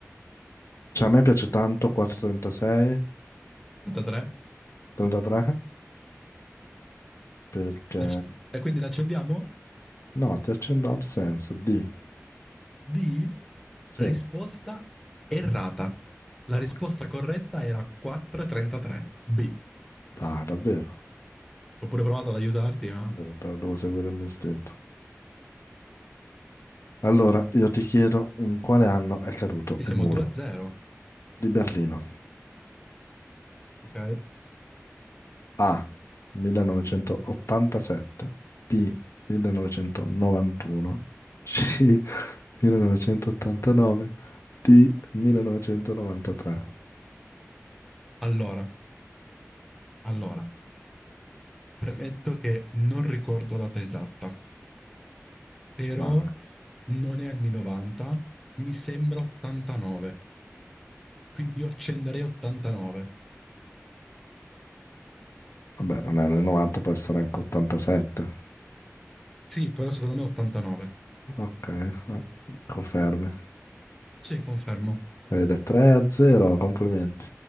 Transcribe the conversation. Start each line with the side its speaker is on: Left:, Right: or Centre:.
Left: cioè a me piace tanto 4.36,
Centre: 33?
Left: 33, perché...
Centre: Acc- E quindi l'accendiamo?
Left: No, ti accendo Absence, D,
Centre: D.
Left: sì,
Centre: Risposta errata. La
Left: porco.
Centre: risposta corretta era 4,33. B.
Left: Dai, davvero,
Centre: Ho pure provato ad aiutarti, ma...
Left: devo devo seguire il mio istinto. Allora, io ti chiedo in quale anno è caduto
Centre: Quindi
Left: il
Centre: siamo
Left: muro
Centre: 2 a 0.
Left: di Berlino?
Centre: Ok.
Left: A. 1987, B. 1991, C. <laughs> 1989, D. 1993.
Centre: Allora, allora. Premetto che non ricordo la data esatta, però
Left: Male.
Centre: non è anni 90, mi sembra 89. Quindi io accenderei 89.
Left: Vabbè, non è nel 90, può essere anche 87.
Centre: Sì, però secondo me 89.
Left: Ok, va- confermi.
Centre: Sì, confermo.
Left: Ed è 3 a 0, complimenti.